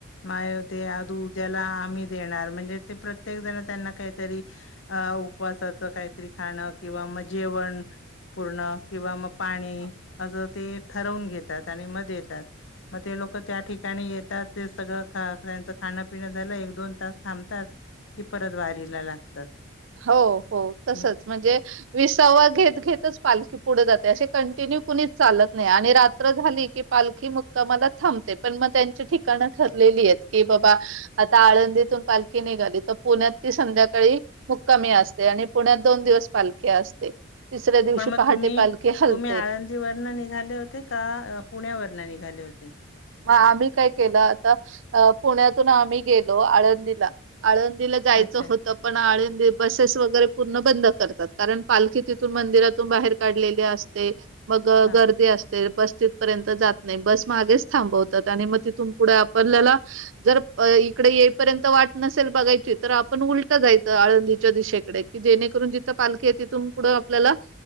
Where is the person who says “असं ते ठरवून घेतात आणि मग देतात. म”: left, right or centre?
Left